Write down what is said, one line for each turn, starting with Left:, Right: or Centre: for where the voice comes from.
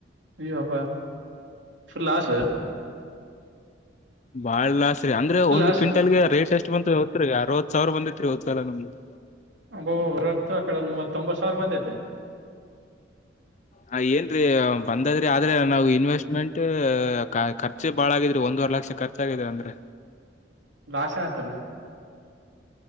Right: ಇ ಅಬ ಲಾಸ್ವ
Left: ಬಾಳ್ ಲಸ ರಿ ಅಂದ್ರೆ
Right: ಫುಲ್
Left: ಒಂದು
Right: ಲಾಸ್
Left: ಕ್ವಿಂಟಲ್ ಗೆ ರೇಟ್ ಎಷ್ಟ ಷ್ಟ ಬ ಹದತ್ರಿ ಅವತ್ ಸಾವಿರ ಬಂದಿತ್ರಿ ಹೋದ್ ಕಾಲ ನಮ್ದಗೆ
Right: ಅಬ್ಬಬ ಹೊರತ್ ಅಕಡೆ ಮೂವತ್ತೊಂಬ ಸಾವಿರ ಬಂದೈತೆ
Left: ಹ ಏನ್ರೀ ಬಂದದ್ರಿ ಆದ್ರೆ ನಾವು ಇನ್ವೆಸ್ಟ್ಮೆಂಟ್ ಖರ್ಚೆ ಬಾಳ ಆಗಿದ್ರಿ ಒಂದುವರೆ ಲಕ್ಷ ಲಕ್ಷ ಖರ್ಚಾಗಿದೆ ಅಂದ್ರೆ
Right: ಲಾಶ ಆಯತಲ್ಲ